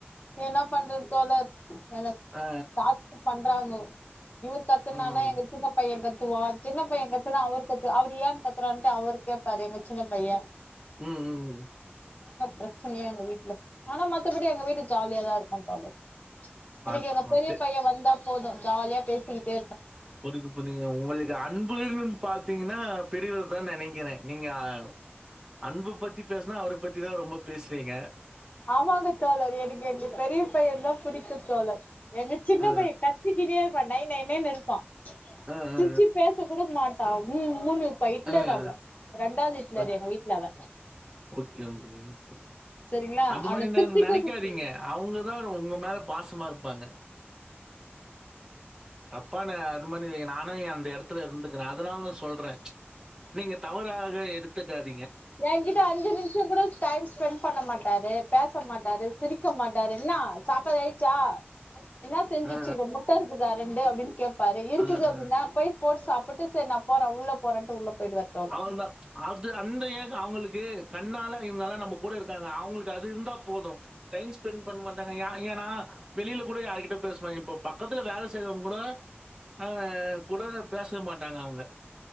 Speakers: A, on the left; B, on the right.
A: என்ன பண்றது தோழர் என்ன
B: அ,
A: டார்ச்சர் பண்றாங்கோ இவரு கத்துன்னானா
B: ம்.
A: எங்க சின்ன பையன் கத் வா சின்ன பையன் கத்துன்னா அவரு கத்து அவரு ஏன்னு கத்துறாருன்ட்டு அவரு கேப்பாரு எங்க சின்ன பையன்
B: உம் உம் உம்
A: பிரச்சனையா எங்க வீட்ல ஆனா மத்தபடி எங்க வீடு ஜாலியாதா இருக்கு தோழர்
B: பாத்து
A: எனக்கு எங்க பெரிய பையன் வந்தா போதும் ஜாலியா பேசிக்கிட்டு
B: புரியுது புரியுது உங்களுக்கு அன்புன்னு பாத்திங்கன்னா பெரியவர் தா நெனைக்கிறே நீங்க ஆஹ் அன்பு பத்தி பேசுனா அவர பத்திதா ரொம்ப பேசுறீங்க
A: ஆமாங்க தோழர் எனுக்கு எங்க பெரிய பையன் தா புடிக்கு தோழர் எங்க சின்ன
B: அ,
A: பைய கத்திகின்னே இருப் ப நைநை நைனு இருப்பா
B: அ,
A: சிர்ச்சி
B: அ,
A: பேச கூட மாட்டா உம்முன் பைட்லர்
B: அ, அ.
A: அவ ரெண்டாவ்து ஹிட்லர்
B: ஓக்
A: எங்க வீட்ல அவ
B: ஓகே, ஓகே, ஓகே.
A: சரிங்களா
B: அது
A: அவன
B: மா நா
A: திருத்திக்க
B: நெனக்காதீங்க அவுங்கதார் உங்க மேல பாசமா இருப்பாங்க தப்பான அது மாரி இல்லிங் நானு எ அந்த எடத்துல இருந்துக்குற அதுனால் வந் சொல்றே நீங்க தவறாக எடுத் <unintelligible>
A: ஏங்கிட்ட அஞ்சு நிம்ஷங்கூட டைம் ஸ்பென்ட் பண்ண மாட்டாரு பேச மாட்டாரு சிரிக்க மாட்டாரு இன்னா சாப்பாது ஆயிட்ச்சா என்னா செஞ்சிச்சுருங்க
B: அ,
A: முட்ட இருக்குதா ரெண்டு அப்டின் கேப் பாரு இருக்குது
B: அ, அ.
A: அப்டின்னா போய் போட் சாப் டு ட்டு சேரி நா போற உள்ள போறன்ட்டு உள்ள போயிடுவாரு தோழர்
B: அவுள்தா அது அந்த ஏ அவுங்குளுக்கு கண்ணால இவங்கல்லா நம்ம கூட இருக் அவுங்களுக்கு அது இருந்தா போது டைம் ஸ்பெண்ட் பண் மாட்டாங்க யா ஏனா வெளில கூட யார்கிட்யு பேச மாங் இப்ப பக்கத்ல வேல செய்றவ்ங் கூட ஆ கூட பேஸ்வே மாட்டாங்க அவ்ங்க